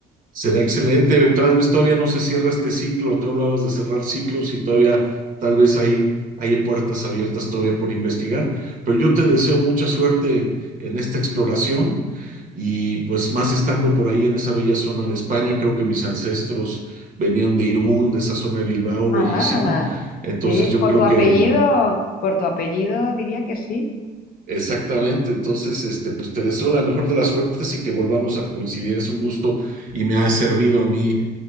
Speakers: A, on the right; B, on the left.
A: Será excelente. Tal vez todavía no se cierra este ciclo. Tú hablabas de cerrar ciclos y todavía tal vez hay, hay puertas abiertas todavía por investigar. Pero yo te deseo mucha suerte en esta exploración y pues más estando por ahí en esa bella zona de España. Creo que mis ancestros venían de Irún, de esa zona de Bilbao,
B: Ah,
A: bellísima. Entonces
B: Sí,
A: yo
B: por
A: creo
B: tu apellido,
A: que
B: por tu apellido diría que sí.
A: Exactamente, entonces, este, pues te deseo la mejor de las suertes y que volvamos a coincidir. Es un gusto y me ha servido a mí